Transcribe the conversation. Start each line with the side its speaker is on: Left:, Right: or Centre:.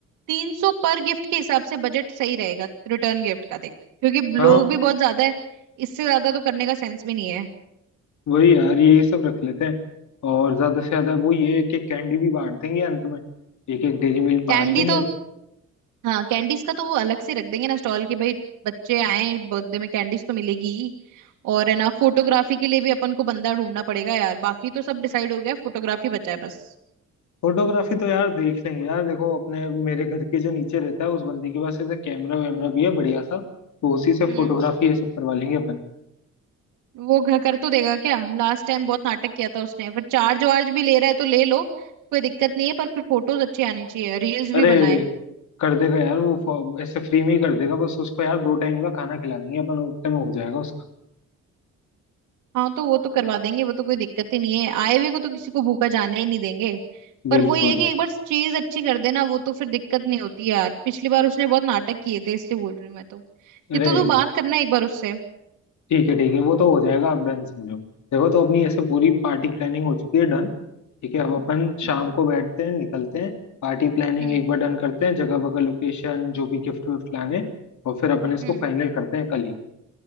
Right: तीन सौ पर गिफ्ट के हिसाब से बजट सही रहेगा रिटर्न गिफ्ट का देख क्योंकि
Left: हाँ
Right: लोग भी बहुत ज्यादा है इससे ज्यादा तो करने का सेंस भी नहीं है
Left: वही यार ये सब रख लेते हैं और ज्यादा से ज्यादा वो ये एक एक कैंडी भी बांट देंगे अंत में एक एक डेरी मिल्क बांट
Right: कैंडी
Left: देंगे
Right: तो हाँ कैंडीज का तो वो अलग से रख देंगे ना स्टॉल की भाई बच्चे आए बर्थडे में कैंडीज तो मिलेगी ही। और है ना फोटोग्राफी के लिए भी अपन को बंदा ढूंढना पड़ेगा यार बाकी तो सब डिसाइड हो गया फोटोग्राफी बचा है बस
Left: फोटोग्राफी तो यार देख लेंगे यार देखो अपने मेरे घर के जो नीचे रहता है उस बंदी के पास ऐसे कैमरा वैमरा भी है बढ़िया सा तो उसी से
Right: हम्म
Left: फोटोग्राफी ये सब करवा लेंगे अपन
Right: वो घर कर तो देगा क्या लास्ट टाइम बहुत नाटक किया था उसने पर चार्ज वार्ज भी ले रहा है तो ले लो कोई दिक्कत नहीं है पर फिर फोटोज अच्छे आने चाहिए रील्स
Left: अरे
Right: भी बनाए
Left: कर देगा यार वो फो- ऐसे फ्री में ही कर देगा बस उसको यार दो टाइम का खाना खिला देंगे अपन उतने में हो जाएगा उसका
Right: हाँ तो वो तो करवा देंगे वो तो कोई दिक्कत ही नहीं है आए हुए को तो किसी को भूखा जाने ही नहीं देंगे पर
Left: बिल्कुल
Right: वही है कि एक बार चीज अच्छी कर देना वो तो फिर दिक्कत नहीं होती यार पिछली बार उसने बहुत नाटक किए थे इसलिए बोल रही हूँ मैं तो
Left: अरे
Right: ये तो तू बात करना एक बार उससे
Left: ठीक है ठीक है वो तो हो जाएगा आप डन समझो देखो तो अपनी ऐसे पूरी पार्टी प्लानिंग हो चुकी है डन ठीक है अब अपन शाम
Right: हम्म
Left: को बैठते हैं निकलते हैं पार्टी प्लानिंग
Right: हम्म
Left: एक बार डन करते हैं जगह वगह लोकेशन जो भी गिफ्ट विफ्ट लाने और फिर अपन इसको
Right: हम्म
Left: फाइनल करते हैं कल ही